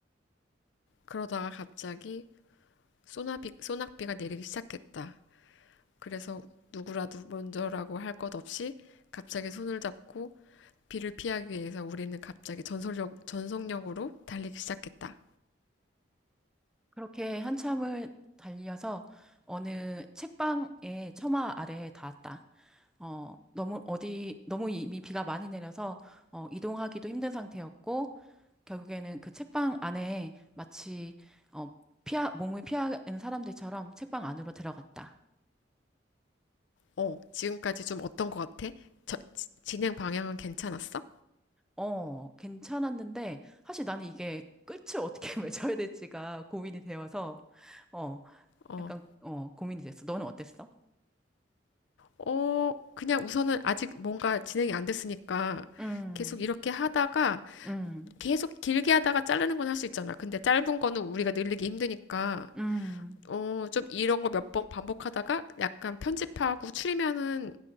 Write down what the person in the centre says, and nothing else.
그렇게 한참을 달려서 어느 책방의 처마 아래에 닿았다. 어, 너무 어디 너무 이미 비가 많이 내려서 어, 이동하기도 힘든 상태였고 결국에는 그 책방 안에 마치 어, 피하 몸을 피하는 사람들처럼 책방 안으로 들어갔다.
어, 괜찮았는데 사실 나는 이게 끝을 어떻게 <laughs> 맺어야 될지가 고민이 되어서 어,
약간 어, 고민이 됐어. 너는 어땠어?
음,
음,
음,